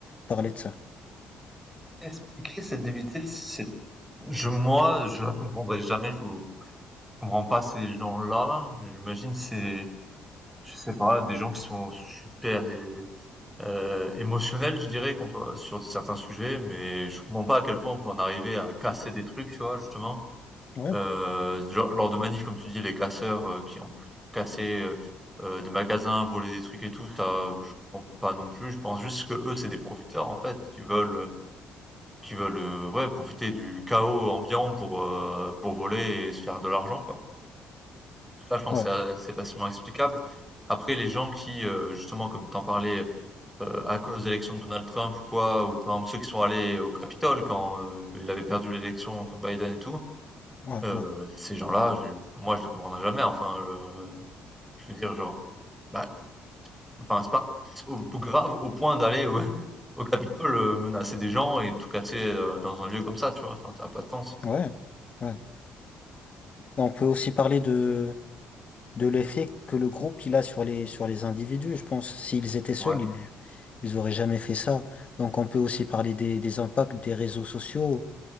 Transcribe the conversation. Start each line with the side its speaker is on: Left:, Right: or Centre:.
Left: parler de ça?
Centre: Expliquer cette débilité, c'est je moi, je la comprendrai jamais, je comprends pas ces gens-là. J'imagine c'est je sais pas, des gens qui sont super é- euh, émotionnels, je dirais, qu'on peut- sur certains sujets, mais je comprends pas à quel point on peut en arriver à casser des trucs, tu vois, justement.
Left: Ouais,
Centre: Euh, genre- lors de manifs, comme tu dis, les casseurs euh, qui en profitent pour casser euh, euh, des magasins, voler des trucs et tout, ça, je comprends pas non plus. Je pense juste que eux, c'est des profiteurs, en fait, qui veulent qui veulent, heu, ouais, profiter du chaos ambiant pour, heu, pour voler et se faire de l'argent, quoi. Ça, je pense,
Left: ouais,
Centre: c'est a c'est assez facilement explicable. Après, les gens qui, heu, justement, comme tu en parlais, heu, à cause de l'élection de Donald Trump ou quoi, ou par exemple ceux qui sont allés au Capitole quand, heu, il avait perdu l'élection contre Biden et tout,
Left: ouais,
Centre: heu,
Left: ouais,
Centre: ces gens-là, je pour moi, je les comprendrai jamais. Enfin, heu, je veux dire, genre, bah, enfin, c'est pas c'est au grave au point d'aller au <laughs> au Capitole, heu, menacer des gens et tout casser, heu, dans un lieu comme ça, tu vois? Enfin, ça a pas de sens.
Left: ouais, ouais. Et on peut aussi parler de, de l'effet que le groupe il a sur les, sur les individus, je pense. S'ils étaient seuls,
Centre: Ouais.
Left: ils, ils auraient jamais fait ça. Donc on peut aussi parler des, des impacts des réseaux sociaux.